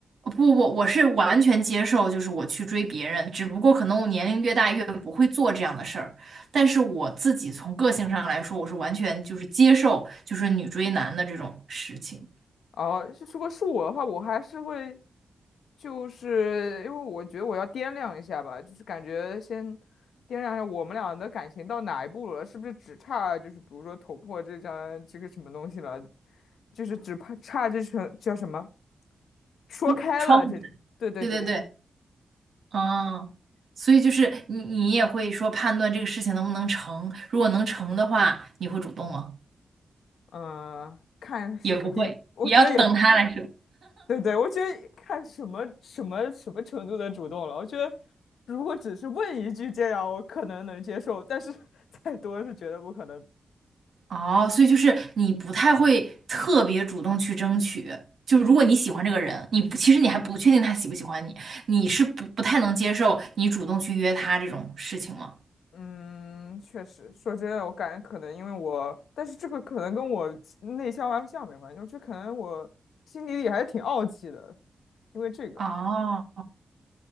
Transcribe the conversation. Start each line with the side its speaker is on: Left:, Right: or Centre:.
Right: 不，我我是完全接受，就是我去追别人，只不过可能我年龄越大越不会做这样的事儿。但是我自己从个性上来说，我是完全就是接受，就是女追男的这种事情。
Left: 哦，是如果是我的话，我还是会，就是因为我觉得我要掂量一下吧，就是感觉先掂量一下我们俩的感情到哪一步了，是不是只差就是比如说捅破这张这个什么东西了，就是只怕差这层叫什么说开了这种，
Right: 不，窗户。
Left: 对对对，
Right: 对对对，嗯，所以就是你你也会说判断这个事情能不能成，如果能成的话，你会主动吗？
Left: 嗯、看什么地步，
Right: 也不会，
Left: 我觉得也
Right: 也要等他来说。
Left: 对对，我觉得看什么什么什么程度的主动了。我觉得如果只是问一句这样，我可能能接受，但是 <laughs> 再多是绝对不可能。
Right: 哦，所以就是你不太会特别主动去争取，就如果你喜欢这个人，你不其实你还不确定他喜不喜欢你，你是不不太能接受你主动去约他这种事情吗？
Left: 嗯，确实，说真的，我感觉可能因为我，但是这个可能跟我内向外向没关系，我觉得可能我心里里还是挺傲气的，因为这个
Right: 哦，